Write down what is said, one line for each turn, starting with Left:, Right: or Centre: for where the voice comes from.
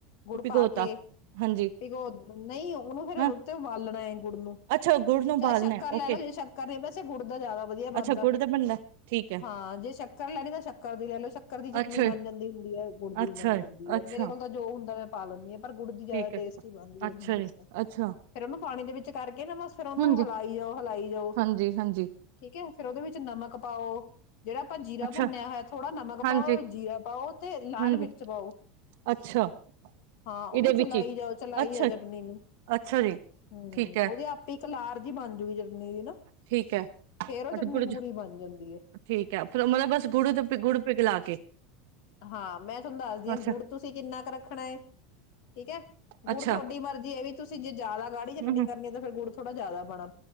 Left: ਗੁੜ
Right: ਭਿਗੋਤਾ
Left: ਪਾ ਕੇਕ
Right: ਹਾਂਜੀ
Left: ਉਹ ਨਹੀਂ ਉਹਨੂੰ ਫੇਿਰ
Right: ਹਾਂ
Left: ਤੇ ਉਬਾਲਣਾ ਗੁੜ ਨੂੰ
Right: ਅੱਛਾ ਗੁੜ ਨੂੰ ਉਬਾਲਣਾ
Left: ਚਾਹੇ ਸ਼ੱਕਰ ਲੈ
Right: ਓਕੇ
Left: ਲਓ ਜੇ ਸ਼ੱਕਰ ਨਹੀਂ ਵੈਸੇ ਗੁੜ ਦਾ ਜ਼ਿਆਦਾ ਵਧੀਆ ਬਣਦਾ
Right: ਅੱਛਾ ਗੁੜ ਦਾ ਬਣਦਾ ਠੀਕ ਹੈ
Left: ਹਾਂ ਜੇ ਚੱਕਰ ਲੈਣੀ ਤਾਂ ਸ਼ੱਕਰ ਦੀ ਲੈ ਲਓ ਸ਼ੱਕਰ ਦੀ ਚਟਨੀ
Right: ਅੱਛਾ
Left: ਬਣ
Right: ਜੀ,
Left: ਜਾਂਦੀ ਹੁੰਦੀ ਹੈ ਗੁੜ ਦੀ
Right: ਅੱਛਾ
Left: ਵੀ ਬਣ
Right: ਜੀ,
Left: ਜਾਂਦੀ
Right: ਅੱਛਾ
Left: ਹੈ ਮੇਰੇ ਕੋਲ ਤਾਂ ਜੋ ਹੁੰਦਾ ਮੈਂ ਪਾ ਲੈਂਦੀ ਹਾਂ ਪਰ ਗੁੜ ਦੀ ਜ਼ਿਆਦਾ
Right: ਠੀਕ ਹੈ
Left: ਟੇਸਟ ਹੀ ਬਣਦੀ ਹੈ
Right: ਅੱਛਾ
Left: ਮੈਂ ਤੁਹਾਨੂੰ ਦੱਸਿਆ
Right: ਜੀ
Left: ਫੇਿਰ
Right: ਅੱਛਾ
Left: ਉਹਨੂੰ ਪਾਣੀ ਦੇ ਵਿੱਚ ਕਰਕੇ ਨਾ ਬਸ ਫੇਿਰ ਉਹਨੂੰ
Right: ਹਾਂਜੀ
Left: ਹਿਲਾਈ ਜਾਓ ਹਿਲਾਈ ਜਾਓ
Right: ਹਾਂਜੀ ਹਾਂਜੀ
Left: ਠੀਕ ਹੈ ਫੇਰ ਉਹਦੇ ਵਿੱਚ ਨਮਕ ਪਾਓ ਜਿਹੜਾ ਆਪਾਂ ਜੀਰਾ
Right: ਅੱਛਾ
Left: ਭੁੰਨਿਆ ਹੈਇ ਥੋੜਾ ਨਮਕ
Right: ਹਾਂਜੀ
Left: ਪਾਓ ਜੀਰਾ ਪਾਓ ਤੇ ਲਾਲ
Right: ਹਾਂਜੀ
Left: ਮਿਰਚ ਪਾਓ
Right: ਅੱਛਾ
Left: ਹਾਂ ਉਹਨੂੰ
Right: ਇਹਦੇ
Left: ਚਲਾਈ
Right: ਵਿੱਚ ਹੀ
Left: ਜਾਓ ਚਲਾਈ
Right: ਅੱਛਾ
Left: ਜਾਓ ਚਟਨੀ ਨੂੰ
Right: ਅੱਛਾ ਜੀ
Left: ਹਮ
Right: ਠੀਕ ਹੈ
Left: ਉਹਦੇ ਆਪੇ ਇੱਕ ਲਾਰ ਜ ਹੀ ਬਣਜੂਗੀ ਚਟਨੀ ਨਾ
Right: ਠੀਕ ਹੈ
Left: ਫੇਰ ਉਹ ਚਟਨੀ
Right: ਅਤੇ ਗੁੜ ਚ
Left: ਪੂਰੀ ਬਣ ਜਾਂਦੀ ਹੈ
Right: ਠੀਕ ਹੈ ਫਿਰ ਮਤਲਬ ਬਸ ਗੁੜ ਤੇ ਗੁੜ ਪਿਘਲਾ ਕੇ
Left: ਹਾਂ ਮੈਂ ਤੁਹਾਨੂੰ ਦੱਸਦੀ ਆ
Right: ਅੱਛਾ
Left: ਗੁੜ ਤੁਸੀਂ ਕਿੰਨਾ ਕੁ ਰੱਖਣਾ ਹੈ ਠੀਕ ਹੈ ਗੁੜ
Right: ਅੱਛਾ
Left: ਤੁਹਾਡੀ ਮਰਜ਼ੀ ਇਹ ਵੀ ਤੁਸੀਂ ਜੇ ਜ਼ਿਆਦਾ ਗਾੜੀ ਚੱਟਣੀ
Right: ਹਮ ਹਮ
Left: ਕਰਨੀ ਹੈ ਤਾਂ ਫੇਿਰ ਗੁੜ ਥੋੜਾ ਜ਼ਿਆਦਾ ਬਣਾ